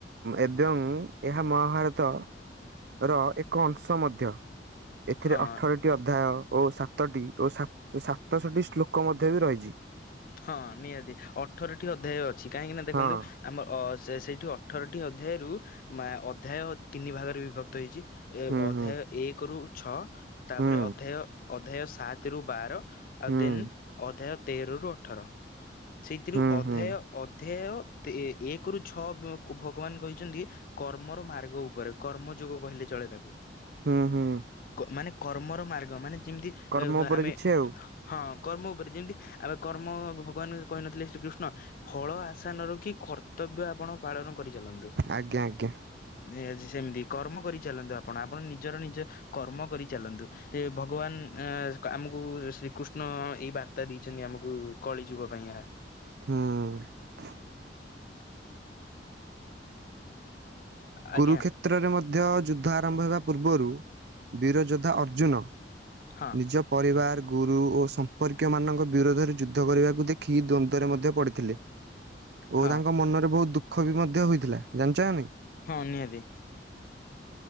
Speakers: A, on the right; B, on the left.
A: ଏବଂ ଏହା ମହାଭାରତ ର ଏକ ଅଂଶ ମଧ୍ୟ। ଏଥିରେ
B: ହଁ
A: ଅଠରଟି ଅଧ୍ୟାୟ ଓ ସାତଟି ଓ ସାତଷଟି ଶ୍ଲୋକ ମଧ୍ୟ ବି ରହିଛି।
B: ହଁ ନିହାତି ଅଠରଟି ଅଧ୍ୟାୟ ଅଛି କାହିଁକି ନା ଦେଖନ୍ତୁ
A: ହଁ
B: ଆମ ଅ ସେ ସେଇଠି ଅଠରଟି ଅଧ୍ୟାୟରୁ ମା ଅଧ୍ୟାୟ ତିନି ଭାଗରେ ବିଭକ୍ତ ହେଇଛି।
A: ହୁଁ
B: ଅଧ୍ୟାୟ
A: ହୁଁ
B: ଏକ ରୁ ଛଅ ତାପରେ
A: ହୁଁ
B: ଅଧ୍ୟାୟ ଅଧ୍ୟାୟ ସାତ ରୁ ବାର
A: ହୁଁ
B: ଆଉ ଦେନ୍ ଅଧ୍ୟାୟ ତେର ରୁ ଅଠର। ସେଇଥିରୁ
A: ହୁଁ
B: ଅଧ୍ୟାୟ
A: ହୁଁ
B: ଅଧ୍ୟାୟ ଏକ ରୁ ଛଅ କୁ ଭଗବାନ କହିଛନ୍ତି କର୍ମର ମାର୍ଗ ଉପରେ କର୍ମ ଯୋଗ କହିଲେ ଚଳେ ତାକୁ।
A: ହୁଁ ହୁଁ।
B: ମାନେ କର୍ମର ମାର୍ଗ ମାନେ ଯେମିତି
A: କର୍ମ ଉପରେ
B: ଆମେ
A: କିଛି ଆଉ
B: ହଁ କର୍ମ ଉପରେ ଯେମିତି ଆମେ କର୍ମ ଭଗବାନ କହିନଥିଲେ ଶ୍ରୀକୃଷ୍ଣ ଫଳ ଆଶା ନ ରଖି କର୍ତ୍ତବ୍ୟ ଆପଣ ପାଳନ କରିଚାଲନ୍ତୁ।
A: ଆଜ୍ଞା ଆଜ୍ଞା
B: <unintelligible> ସେମତି କର୍ମ କରି ଚାଲନ୍ତୁ ଆପଣ ଆପଣ ନିଜର ନିଜ କର୍ମ କରି ଚାଲନ୍ତୁ। ସେ ଭଗବାନ ଏ ଆମକୁ ଶ୍ରୀକୃଷ୍ଣ ଏଇ ବାର୍ତ୍ତା ଦେଇଛନ୍ତି ଆମକୁ। ଉଁ କଳି ଯୁଗ ପାଇଁ ଏହା
A: ହୁଁ। କୁରୁକ୍ଷେତ୍ରରେ
B: ଆଜ୍ଞା
A: ମଧ୍ୟ ଯୁଦ୍ଧ ଆରମ୍ଭ ହେବା ପୂର୍ବରୁ ବୀରଯୋଦ୍ଧା ଅର୍ଜୁନ।
B: ହଁ
A: ନିଜ ପରିବାର ଗୁରୁ ଓ ସମ୍ପର୍କୀୟମାନଙ୍କ ବିରୋଧରେ ଯୁଦ୍ଧ କରିବାକୁ ଦେଖି ଦ୍ୱନ୍ଦ୍ୱରେ ମଧ୍ୟ ପଡ଼ିଥିଲେ। ଓ
B: ହଁ
A: ତାଙ୍କ ମନରେ ବହୁତ ଦୁଃଖ ବି ମଧ୍ୟ ହୋଇଥିଲା ଜାଣିଛ ନାଇଁ?
B: ହଁ ନିହାତି।